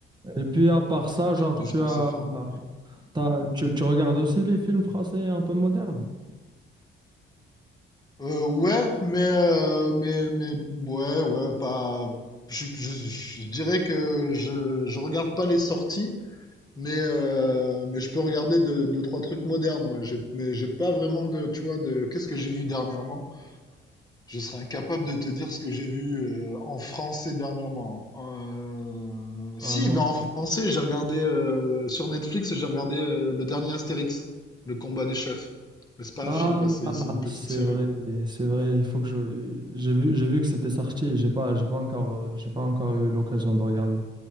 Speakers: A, on the right; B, on the left.
A: Et puis, à part ça, genre,
B: Juste
A: tu
B: pour
A: as,
B: se faire...
A: t'as- tu, tu regardes aussi les films français un peu modernes?
B: Euh, ouais, mais, euh, mais, mais, ouais, ouais, pas. Je, je, je dirais que je, je regarde pas les sorties, mais, euh, mais je peux regarder deux, deux, trois trucs modernes, ouais. J'ai, mais j'ai pas vraiment de, tu vois, de. Qu'est-ce que j'ai vu dernièrement? Je serais incapable de te dire ce que j'ai vu euh, en français dernièrement. Euh, Si,
A: Ouais, moi.
B: ben en français, j'ai regardé euh, sur Netflix, j'ai regardé euh, le dernier Astérix, Le Combat des Chefs. Mais c'est pas
A: Ah,
B: un film, quoi, c'est c'est une petite
A: c'est
B: série,
A: vrai,
B: quoi.
A: c'est vrai. Il faut que je, j'ai vu, j'ai vu que c'était sorti. et J'ai pas, j'ai pas encore, euh, j'ai pas encore eu l'occasion de regarder.